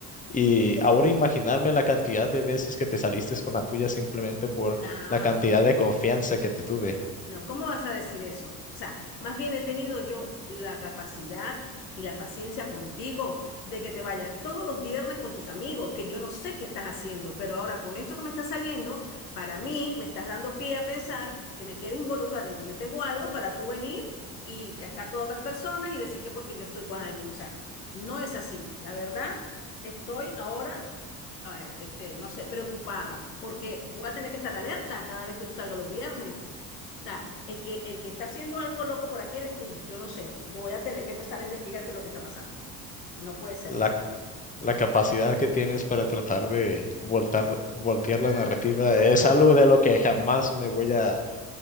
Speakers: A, on the left; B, on the left.
A: Y
B: no,
A: ahora
B: no, no,
A: imaginarme la cantidad de veces que te saliste con la tuya simplemente por
B: no,
A: la cantidad de confianza
B: no,
A: que te tuve,
B: No, ¿cómo vas a decir eso? O sea, más bien he tenido yo la capacidad y la paciencia contigo de que te vayas todos los viernes con tus amigos, que yo no sé qué estás haciendo, pero ahora con esto que me está saliendo, para mí me estás dando pie a pensar que me quieres involucrar en que yo tengo algo para tú venir y estar con otras personas y decir que porque yo estoy con alguien. O sea, no es así. La verdad, estoy ahora, eh, este, no sé, preocupada porque voy a tener que estar alerta cada vez que tú salgas los viernes o sea, el que, el que está haciendo algo loco por aquí eres tú. Yo no sé. Yo voy a tener que empezar a investigar qué es lo que está pasando. No puede ser.
A: la, la capacidad que tienes para tratar de voltar, voltear
B: No,
A: la narrativa,
B: no, no,
A: es
B: pero
A: algo de lo que jamás me voy a,